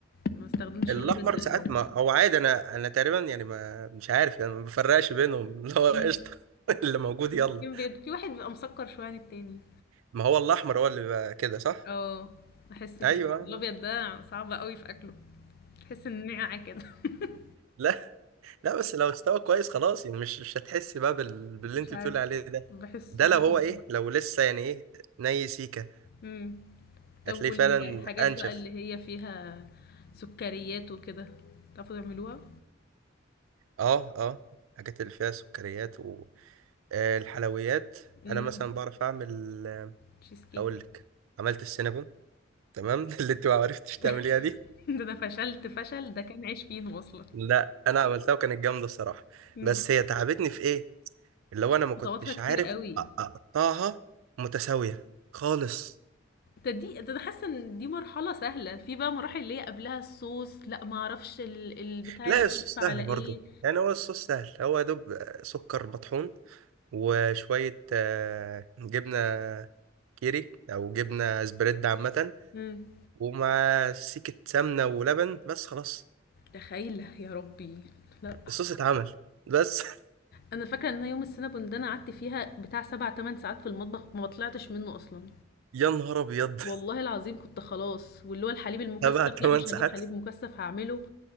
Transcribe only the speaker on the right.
الاحمر
ساعات ما هو عادي انا انا تقريبا يعني ما مش عارف يعني ما بفرقش بينهم <laughs> اللي هو
قشطه <laughs> اللي موجود
يلا
ما هو الاحمر هو اللي بيبقى كده صح
ايوه
لا لا بس لو استوى كويس خلاص يعني مش مش هتحس بقى بال... باللي
انت
بتقول عليه ده
ده
لو هو ايه لو لسه يعني ايه ني سيكه
هتلاقيه
فعلا انشف
اه اه الحاجات اللي فيها سكريات والحلويات
انا مثلا بعرف اعمل
هقول لك عملت السينابون تمام <laughs> اللي انت ما عرفتش
تعمليها دي
لا انا عملتها وكانت جامده الصراحه
بس هي تعبتني في ايه اللي هو انا ما كنتش
عارف
أ- اقطعها متساويه خالص
لا
الصوص
سهل برضه
يعني هو الصوص سهل هو يا دوب آه، سكر مطحون وشويه آه، جبنه كيري او جبنه سبريد عامه
ومع سكه سمنه ولبن بس خلاص
الصوص اتعمل بس <laughs>
يا نهار ابيض <laughs>
سبع ثمان
ساعات